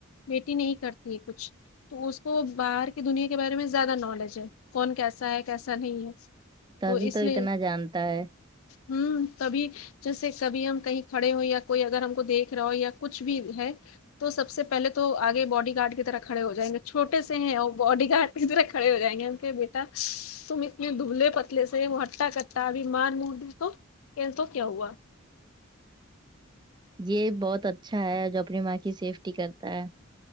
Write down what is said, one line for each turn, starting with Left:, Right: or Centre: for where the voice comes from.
Left: بیٹی نہیں کرتی ہے کچھ تو اس کو باہر کی دنیا کے بارے میں زیادہ نالج ہے کون کیسا ہے کیسا نہیں ہے
Right: تبھی
Left: تو اس لیے
Right: اتنا جانتا ہے
Left: ہوں تبھی جیسے کبھی ہم کہیں کھڑے ہو یا کوئی اگر ہم کو دیکھ رہا ہو یا کچھ بھی ہے تو سب سے پہلے تو آگے باڈی گارڈ کی طرح کھڑے ہو جائیں گے چھوٹے سے ہیں اور باڈی گارڈ کی طرح کھڑے ہو جائیں گے ک بیٹا تم اتنے دبلے پتلے سے ہٹا کٹا ابھی مار مور دے تو کہن تو کیا ہوا
Right: یہ بہت اچھا ہے جو اپنی ماں کی سیفٹی کرتا ہے